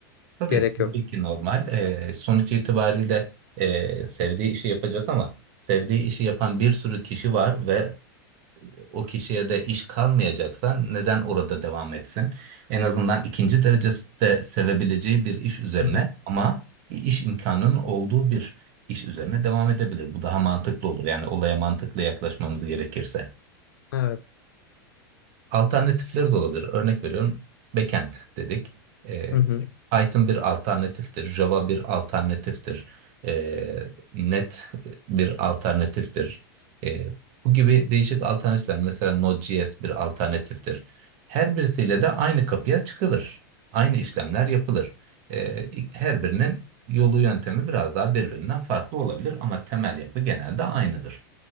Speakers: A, on the right (about 50°); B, on the left (about 85°).
A: tabii,
B: gerek yok?
A: tabii ki normal. Ee, sonuç itibariyle ee, sevdiği işi yapacak ama sevdiği işi yapan bir sürü kişi var ve o kişiye de iş kalmayacaksa neden orada devam etsin? En azından ikinci derecede sevebileceği bir iş üzerine
B: Hı hı.
A: ama iş imkanının olduğu bir iş üzerine devam edebilir. Bu daha mantıklı olur. Yani olaya mantıklı yaklaşmamız gerekirse.
B: Evet.
A: Alternatifleri de olabilir. Örnek veriyorum. Backend dedik. Ee,
B: Hı hı.
A: Python bir alternatiftir. Java bir alternatiftir. Ee, Net bir alternatiftir. Ee, bu gibi değişik alternatifler. Mesela Node.js bir alternatiftir. Her birisiyle de aynı kapıya çıkılır. Aynı işlemler yapılır. Ee, her birinin yolu yöntemi biraz daha birbirinden farklı olabilir ama temel yapı genelde aynıdır.